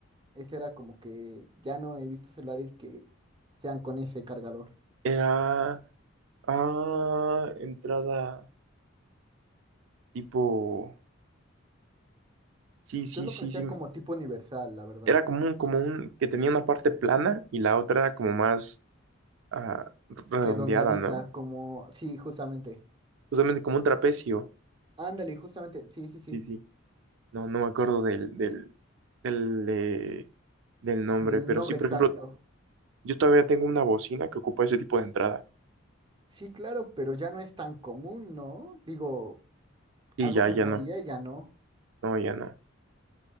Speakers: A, on the right; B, on the right.
A: esa era como que ya no he visto celulares que sean con ese cargador.
B: Era, ah, entrada. Tipo, sí,
A: Yo
B: sí,
A: lo
B: sí,
A: conocía
B: sí.
A: como tipo universal, la verdad.
B: Era como un, como un, que tenía una parte plana y la otra era como más ah, redondeada,
A: Redondeadita,
B: ¿no?
A: como... Sí, justamente.
B: Justamente como un trapecio.
A: Ándale, justamente. Sí, sí, sí.
B: Sí, sí. No, no me acuerdo del, del, del, eh, del nombre.
A: Ah, Del
B: Pero
A: nombre
B: sí, por
A: exacto.
B: ejemplo, yo todavía tengo una bocina que ocupa ese tipo de entrada.
A: Sí, claro, pero ya no es tan común, ¿no? Digo,
B: Y
A: hago
B: ya,
A: memoria
B: ya no.
A: y ya no.
B: No, ya no.